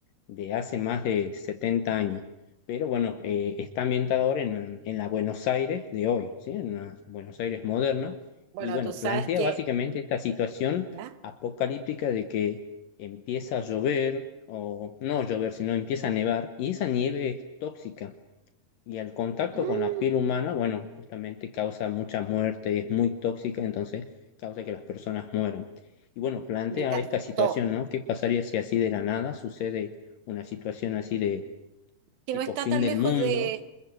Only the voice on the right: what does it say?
Bueno,
tú sabes
que,
¿ya?
Mm,
me encantó.
que
no está
tan
lejos
de